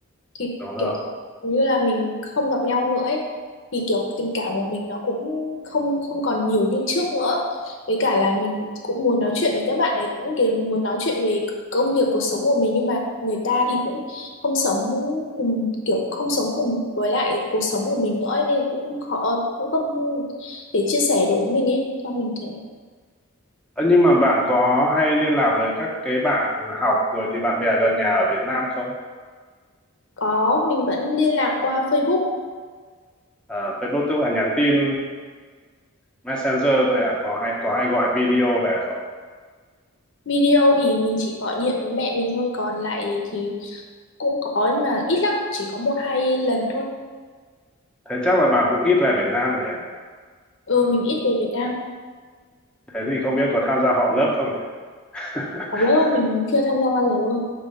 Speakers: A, on the left; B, in the centre.
A: thì
B: đúng rồi
A: kiểu như là mình không gặp nhau nữa ấy, thì kiểu tình cảm của mình nó cũng không không còn nhiều như trước nữa với cả là mình cũng muốn nói chuyện với các bạn ấy cũng kiểu muốn nói chuyện về công việc cuộc sống của mình nhưng mà người ta thì cũng không sống cùng kiểu không sống cùng với lại cuộc sống của mình nữa ấy, nên cũng không khó cũng không thể chia sẻ đối với mình ấy cho mình thế
B: Ơ, nhưng mà bạn có hay liên lạc với các cái bạn học rồi thì bạn bè gần nhà ở Việt Nam không
A: có mình vẫn liên lạc qua Facebook
B: À, Facebook tức là nhắn tin Messenger thôi à có hay có hay gọi video về không
A: Video thì mình chỉ gọi điện với mẹ mình thôi, còn lại thì cũng có nhưng mà ít lắm, chỉ có một hai lần thôi.
B: thế chắc là bạn cũng ít về Việt Nam nhỉ
A: Ừ, mình ít về Việt Nam,
B: thế thì không biết có tham gia họp lớp không nhỉ <laughs>
A: học lớp mình chưa tham gia bao giờ luôn.